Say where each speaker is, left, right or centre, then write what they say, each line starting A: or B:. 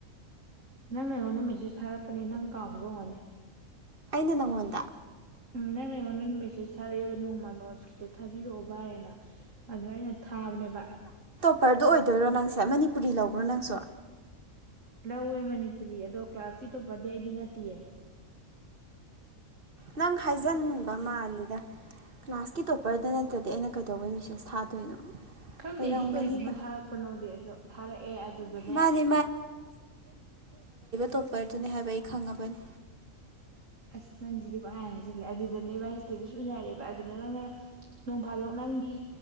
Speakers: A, on the right; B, on the right.
A: ꯅꯪꯅ ꯑꯩꯉꯣꯟꯗ ꯃꯦꯁꯦꯁ ꯊꯥꯔꯛꯄꯅꯦ ꯅꯪ ꯀꯥꯎꯒꯤꯕꯑꯣꯏꯔꯝꯅꯤ꯫
B: ꯅꯉꯣꯗ꯫
A: ꯎꯝ ꯅꯪꯅ ꯑꯩꯉꯣꯟꯗ ꯃꯦꯁꯦꯁ ꯊꯥꯔꯛꯏꯕ ꯅꯣꯡꯃꯥ ꯅꯣꯇꯁ ꯈꯤꯇ ꯊꯥꯕꯤꯔꯛꯑꯣ ꯕꯥꯙ ꯑꯅ꯫ ꯑꯗꯨꯗ ꯑꯩꯅ ꯊꯥꯕꯅꯦꯕ꯫
B: ꯄꯔꯗꯣ ꯑꯣꯏꯗꯣꯏꯔꯣ ꯅꯪꯁꯦ ꯃꯅꯤꯄꯨꯔꯤ ꯂꯧꯕ꯭ꯔꯣ ꯅꯪꯁꯨ꯫
A: ꯂꯧꯋꯦ ꯃꯅꯤꯄꯨꯔꯤ ꯑꯗꯣ ꯀ꯭ꯂꯥꯁꯀꯤ ꯇꯣꯞꯄꯔꯗꯤ ꯑꯩꯗꯤ ꯅꯠꯇꯦꯌꯦ꯫
B: ꯅꯪ ꯍꯥꯏꯖꯤꯟꯕ ꯃꯥꯜꯂꯤꯗ ꯀ꯭ꯂꯥꯁꯀꯤ ꯇꯣꯞꯄꯔꯗ ꯅꯠꯇ꯭ꯔꯗꯤ ꯑꯩꯅ ꯀꯩꯗꯧꯕꯩ ꯃꯦꯁꯦꯁ ꯊꯥꯗꯣꯏꯅꯣ꯫
A: ꯈꯪꯗꯦꯁꯨ
B: ꯑꯣꯏꯔꯝꯒꯅꯤꯗ
A: ꯀꯩꯒꯤꯅꯣ ꯊꯥꯔꯛꯄꯅꯣꯗꯤ ꯑꯖꯨꯅꯦ ꯊꯥꯔꯛꯑꯦ ꯑꯗꯨꯗꯅꯦ
B: ꯃꯥꯅꯦ ꯇꯣꯄꯔꯗꯨꯅꯤ ꯍꯥꯏꯕ ꯑꯩ ꯈꯪꯉꯕꯅꯤ
A: ꯑꯁ ꯅꯪꯁꯤꯗꯤ ꯄꯪꯍꯥꯏ ꯍꯥꯏꯁꯤꯜꯂꯦ ꯑꯗꯨꯗꯅꯦ ꯏꯕꯥꯅꯤ ꯏꯁꯇꯦꯗꯁꯨ ꯎꯅꯔꯦꯕ ꯑꯗꯨꯗ ꯅꯪꯅ ꯅꯣꯡꯐꯥꯗꯣꯛ ꯅꯪꯒꯤ